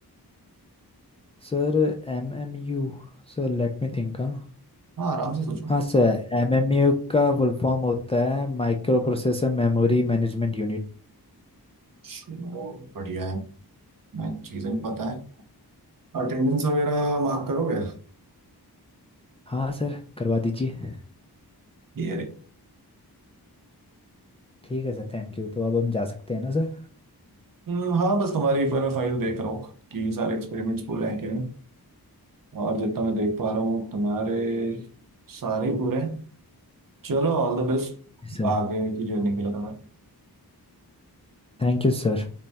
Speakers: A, on the left (about 15°); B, on the right (about 55°).
A: Sir एम एम यू sir let me think हाँ
B: हाँ आराम से सोचो
A: हाँ सर एम एम यू का फुल फॉर्म होता है microprocessor memory management unit
B: चलो, बढ़िया है मैं चीजें भी पता है अटेंडेंस वगैरह मार्क करोगे
A: हाँ सर करवा दीजिए
B: ये रे
A: ठीक है सर थैंक यू तो अब हम जा सकते हैं ना सर
B: हम्म, हाँ बस तुम्हारी एक बार मैं फाइल देख रहा हूँ कि सारे एक्सपेरिमेंट्स पूरे हैं कि नहीं और जितना मैं देख पा रहा हूँ तुम्हारे सारे पूरे हैं चलो ऑल द बेस्ट
A: जी सर
B: आगे की जर्नी के लिए तुम्हारे
A: थैंक यू सर